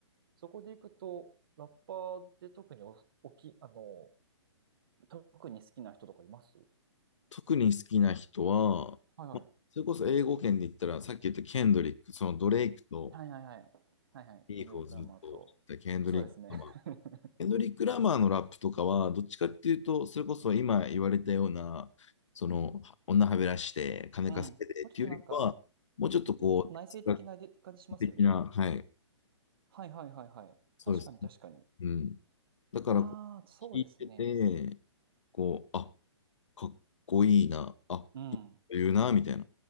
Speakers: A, on the right; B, on the left.
A: そこで行くと、ラッパーで特にお、おき、あの、特に好きな人とかいますは
B: 特に好きな人は、
A: いはい。
B: まあ、それこそ英語圏で言ったら、さっき言ったケンドリック、そのドレイクと
A: はいはいはい。はいはい。
B: ビーフをずっとしてたケンドリック・
A: ケンドリック・ラマーと。そうですね。
B: ラマ
A: <laughs>
B: エンドリック・ラマーのラップとかは、どっちかっていうと、それこそ今言われたような、その、女はべらして、金稼いでっていうよりかは、
A: うん。もうちょっとなんか、
B: もうちょっとこう、
A: ちょっと内省的なで感じしますよね。
B: 哲学的な、はい、
A: はいはいはいはい。
B: そうですね。
A: 確かに確かに。
B: うん。だからこう、
A: ああ、そうですね。
B: 聞いてて、こう、あ、かっこいいな、あ、
A: うん。
B: いいこと言うな、みたいな。